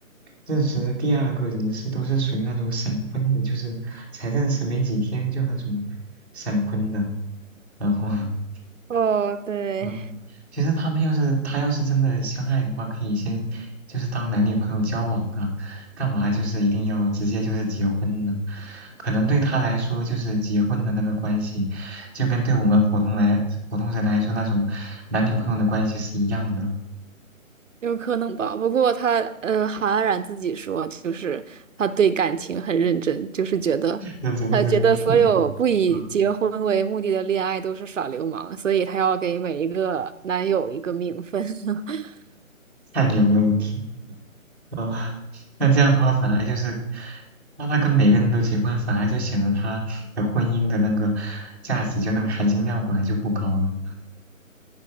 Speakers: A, in the centre; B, on the right.
A: 认识的第二个人是都是属于那种闪婚的，就是才认识没几天就那种闪婚的，然后 <laughs>
B: <laughs> 哦，对，
A: 嗯，其实他们要是他要是真的相爱的话，可以先就是当男女朋友交往啊，干嘛就是一定要直接就是结婚呢？可能对他来说，就是结婚的那个关系，就跟对我们普通来普通人来说那种男女朋友的关系是一样的。
B: 有可能吧。不过他，呃，韩安冉自己说，就是他对感情很认真，就是觉得他觉得所有不以结婚为目的的恋爱都是耍流氓，
A: 认真认真个屁啊！
B: 所以他要给每一个男友一个名分。<laughs>
A: 太牛了，我天啊！那这样的话，反而就是让他跟每个人都结婚，反而就显得他的婚姻的那个价值，就那个含金量本来就不高了，